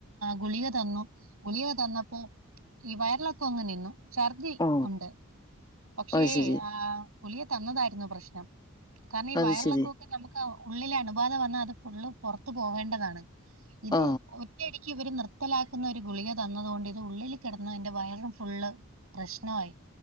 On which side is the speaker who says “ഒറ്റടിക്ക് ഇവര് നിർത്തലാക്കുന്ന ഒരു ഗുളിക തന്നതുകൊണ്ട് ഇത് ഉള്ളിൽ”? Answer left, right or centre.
Right